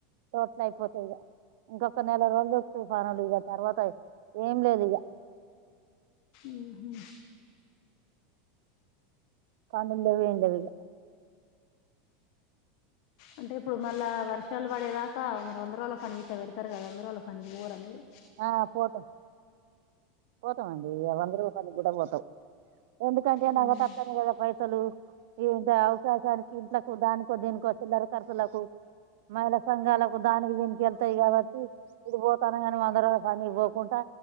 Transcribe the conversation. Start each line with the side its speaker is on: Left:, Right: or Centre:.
Right: టోట్ల అయిపోతాయి ఇక ఇంకొక నెల రోజులు దొరుకుతాయి పనులు ఇక తర్వాత ఏం లేదు ఇక
Left: ఊహు
Right: కానుండ వ ఏండవగా
Left: అంటే ఇప్పుడు మళ్ళా వర్షాలు పడేదాకా వంద రోజుల పనినికిత పెడతారు కదా వంద రోజుల పనికి పోరా మీరు
Right: ఆ పోతాం పోతామండి వందల రూపాయకి కూడా పోతాం ఎందుకంటే
Left: ఉహు
Right: నాగ తతను కదా పైసలు ఏంటి అవకాశానికి ఇంట్లకు దానికో దీనికో చిల్లర ర్చలకు మహిళా సంఘాలకు దానికి దీనికి వెళ్తాయి కాబట్టి ఇడి పోతాను అందరు కానీ పోకుంటా